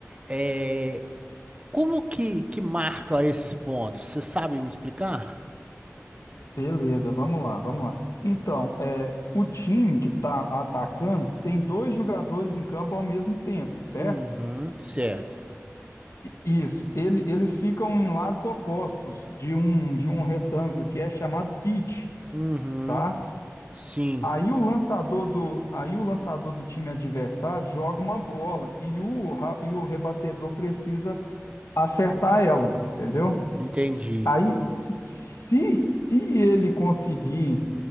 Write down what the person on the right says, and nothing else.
É, como que, que marca esses pontos? Você sabe me explicar?
Uhum, certo.
Uhum,
sim,
entendi.